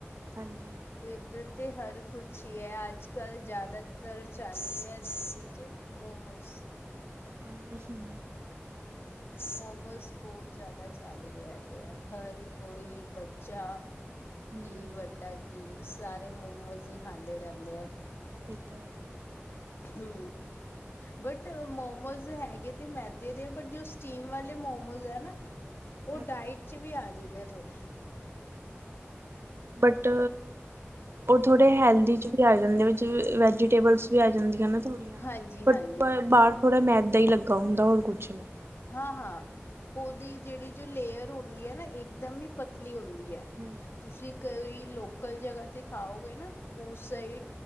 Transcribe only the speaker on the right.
ਹਾਂਜੀ
ਆ, ਹੂੰ
ਹਮ
ਏ ਤਾਂ ਹੈ
- <inaudible>
ਬਟ, ਓ ਥੋੜੇ ਹੈਲਦੀ ਚ ਵੀ ਆ ਜਾਂਦੇ ਵਿੱਚ, ਵੈਜੀਟੇਬਲਸ ਵੀ ਆ ਜਾਂਦੀਆਂ ਨਾ ਥੋੜੀਆਂ,
ਬਟ ਬ ਬਾਰ ਥੋੜਾ ਮੈਦਾ ਈ ਲੱਗਾ ਹੁੰਦਾ, ਹੋਰ ਕੁਛ ਨੀ
ਹੂੰ